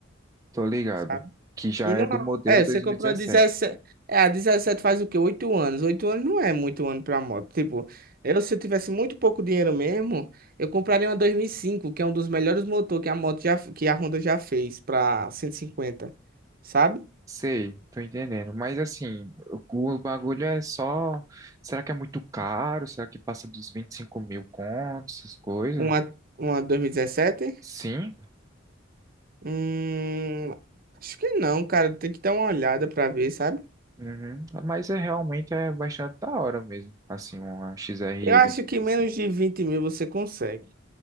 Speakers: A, on the right (about 15°); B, on the right (about 45°).
A: tô ligado.
B: sabe?
A: Que já
B: E não
A: é do modelo
B: é, é,
A: 2017.
B: você comprou a 17, é, a 17 faz o quê? oito anos. oito anos não é muito ano pra moto. Tipo, eu se eu tivesse muito pouco dinheiro mesmo, eu compraria uma 2005 que é um dos melhores motores que a moto já, que a Honda já fez pra cento e cinquenta sabe?
A: Sei, tô entendendo. Mas assim, o o bagulho é só. Será que é muito caro? Será que passa dos 25 mil contos, essas coisas?
B: Uma, uma 2017?
A: Sim.
B: Hum, acho que não, cara. Tem que dar uma olhada pra ver, sabe?
A: Uhum. Mas é realmente é bastante da hora mesmo. Assim, uma X R
B: Eu acho
A: E dois mil e 2017.
B: que menos de 20 mil você consegue.